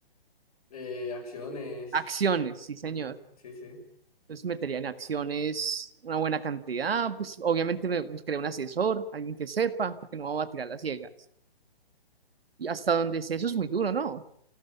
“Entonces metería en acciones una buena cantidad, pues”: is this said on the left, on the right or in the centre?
Right